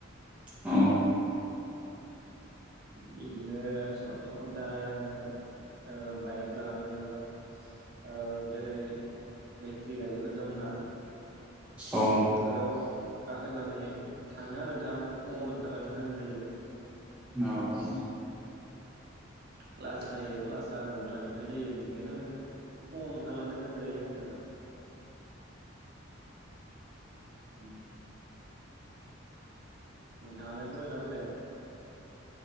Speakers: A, in the centre; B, on the right (about 50°).
A: औ
B: बिदिनो साद' खदाय आङो ओ बाइक लाानानै एबा ओ जेरै बेटारि गारिफोर दंना
A: औ
B: बेफोराव गाखोनानै थाङो आरो नोंथां फुङावनो ओंखारलांनो गोनां जायो।
A: औ
B: क्लास जायो क्लासा नौ थानिफ्राय जायो बेनिखायनो आङो फुंआव नो ओंखारलांनो गोनां जायो आरो नोंथां‌। उम नोंथाङालाय फरायो ना फराया?